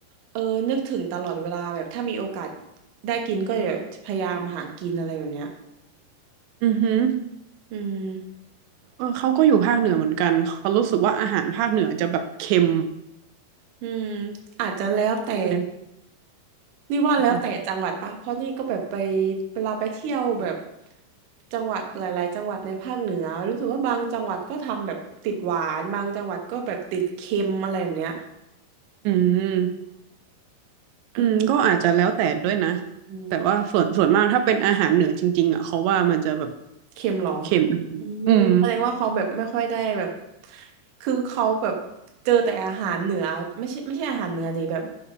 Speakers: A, on the right (about 65°); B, on the right (about 85°).
A: เออนึกถึงตลอดเวลาแบบถ้ามีโอกาสได้กินก็จะพยายามหากินอะไรแบบเนี้ย
B: อือหือ
A: อืม
B: เออเขาก็อยู่ภาคเหนือเหมือนกันเขารู้สึกว่าอาหารภาคเหนือจะแบบเค็ม
A: อืมอาจจะแล้วแต่
B: เนี่ย
A: นี่ว่าแล้วแต่จังหวัดปะเพราะนี่ก็แบบไป
B: หรือเปล่า
A: เวลาไปเที่ยวแบบจังหวัดหลายๆ จังหวัดในภาคเหนือรู้สึกว่าบางจังหวัดก็ทำแบบติดหวานบางจังหวัดก็แบบติดเค็มอะไรแบบเนี้ย
B: อืม
A: เออ
B: อืมก็อาจจะแล้วแต่ด้วยนะ
A: อืม
B: แต่ว่าส่วนส่วนมากถ้าเป็นอาหารเหนือจริงๆอ่ะเขาว่ามันจะแบบ
A: เค็มเหรอ
B: เค็ม
A: อืมแสดงว่าเขาแบบไม่ค่อยได้แบบ
B: อืม
A: คือเขาแบบเจอแต่อาหารเหนือไม่ใช่ไม่ใช่อาหารเหนือดิแบบ